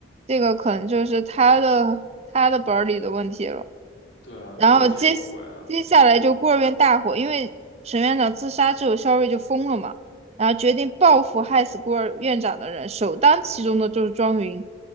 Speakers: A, on the right; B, on the left.
A: 这个可能就是他的他的本儿里的问题了。
B: 对啊，
A: 然后接
B: 这有什么鬼啊？
A: 接下来就孤儿院大火，因为沈院长自杀之后，肖瑞就疯了嘛，然后决定报复害死孤儿院长的人，首当其冲的就是庄云。